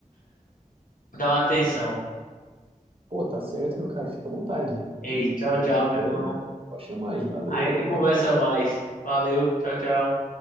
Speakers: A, on the left; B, on the right.
A: dar uma atenção.
B: Pô, tá certo, meu cara, fica à vontade.
A: Ei,
B: E
A: tchau,
B: quando
A: tchau,
B: puder,
A: meu irmão.
B: pode chamar aí. Valeu,
A: A gente
B: até
A: conversa
B: mais. Tchau, tchau.
A: mais. Valeu, tchau, tchau.